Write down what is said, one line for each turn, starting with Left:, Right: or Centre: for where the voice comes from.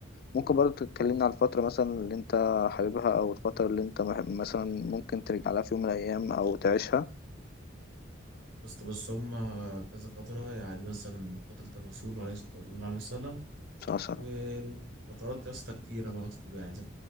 Left: ممكن برضه تتكلمنا على الفترة مثلا اللي انت حاببها او الفترة اللي انت مح- مثلا ممكن ترجع لها في يوم من الايام او تعيشها
Right: يا اسطى بص هم كذا فتره يعني مثلا فتره الرسول عليه الصلاه الله عليه وسلم
Left: سلام
Right: وفترات يا اسطى كتيره برضه يعني زي